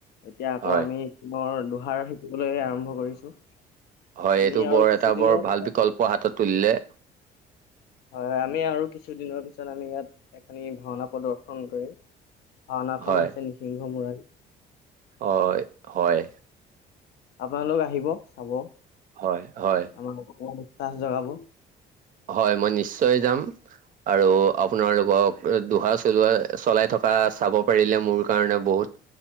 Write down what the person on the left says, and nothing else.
এতিয়া আকৌ
আমি পুনৰ পাৰ শিকিবলৈ আৰম্ভ কৰিছো।
আমি
আৰু কিছুদিনৰ
পিছত
হয় হয়। আমি আৰু কিছুদিনৰ পিছত আমি ইয়াত এখনি ভাওনা প্ৰদৰ্শন কৰিম। ভাওনাখনন
হৈছে নিসিংহ মূৰাৰ
আপোনালোক আহিব চাব।
আমাৰ উৎসাহ জগাব